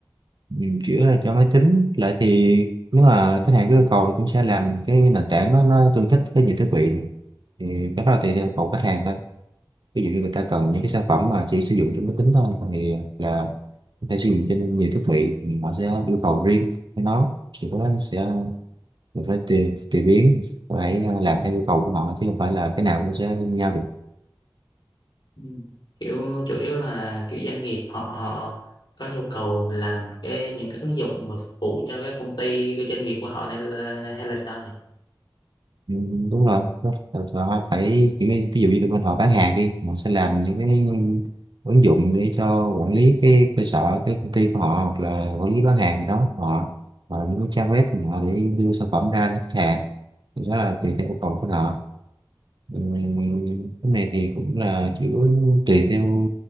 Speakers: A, on the right; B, on the left.
A: Ừm, chủ yếu là cho máy tính lại thì nếu mà khách hàng có yêu cầu thì cũng sẽ làm cái nền tảng nó, nó tương thích với nhiều thiết bị thì cái đó là tùy theo yêu cầu khách hàng thôi ví dụ như người ta cần những
B: Ừ.
A: cái sản phẩm mà chỉ sử dụng trên máy tính thôi thì là người ta sử dụng trên nhiều thiết bị thì họ sẽ yêu cầu riêng với nó thì có nó sẽ mình phải tùy tùy biến phải ờ, làm theo yêu cầu của họ chứ không phải là cái nào cũng sẽ như nhau được
B: Ừ. kiểu chủ yếu là kiểu doanh nghiệp họ họ có nhu cầu mà làm cái những cái ứng dụng mà phục vụ cho cái công ty cái doanh nghiệp của họ nên là, hay là sao
A: ừ, đúng rồi đúng rồi. họ phải kiểu như, ví dụ như bên họ bán hàng đi họ sẽ làm những cái ứng dụng để cho quản lý cái cơ sở cái công ty của họ hoặc là quản lý bán hàng gì đó của họ và những cái trang web của họ để đưa sản phẩm ra cho khách hàng thì đó là tùy theo yêu cầu của họ Ừ, cái này thì cũng là chủ yếu tùy theo